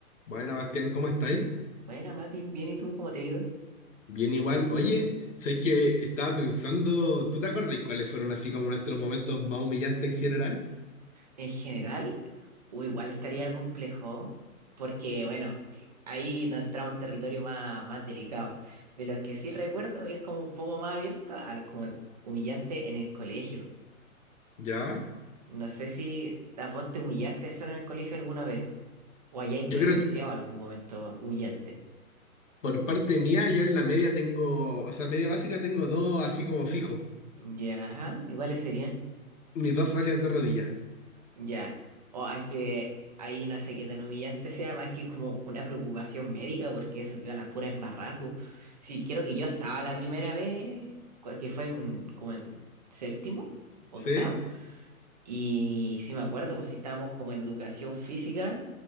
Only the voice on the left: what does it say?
Bueno, Bastián, ¿cómo estáis?
Bien igual. Oye, sé que estaba pensando, ¿tú te acordás cuáles fueron así como nuestros momentos más humillantes en general?
¿Ya?
Yo
creo que
por parte mía, yo en la media tengo, o sea, media básica tengo dos así como fijos,
mis dos alias de rodilla.
¿Sí?